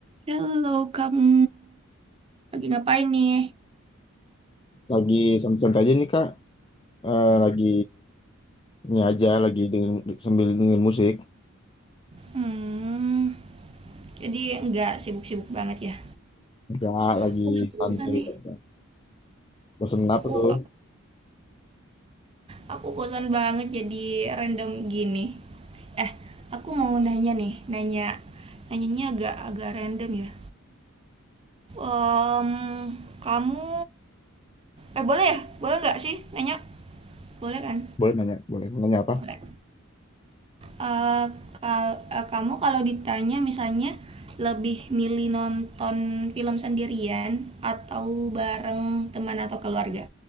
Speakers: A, on the right (about 25°); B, on the left (about 25°).
A: Halo, kamu lagi ngapain nih?
B: Lagi santai-santai aja nih Kak. Eh, lagi ini aja, lagi dengan, sambil dengerin musik.
A: Hmm, jadi nggak sibuk-sibuk banget ya?
B: Enggak, lagi
A: Aku lagi
B: santai
A: bosan nih.
B: aja. Bosan apa
A: Aku
B: tuh?
A: aku bosan banget jadi random gini. Eh, aku mau nanya nih, nanya nanyanya agak agak random ya. Em, kamu eh boleh ya? Boleh nggak sih nanya? Boleh kan?
B: Boleh nanya, boleh Mau nanya apa?
A: Boleh. Eh, kal- eh, kamu kalau ditanya misalnya lebih milih nonton film sendirian atau bareng teman atau keluarga,